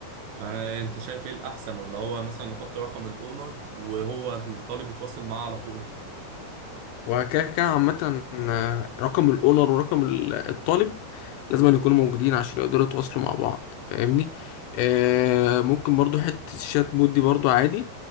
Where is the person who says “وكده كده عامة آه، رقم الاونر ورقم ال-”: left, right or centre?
Left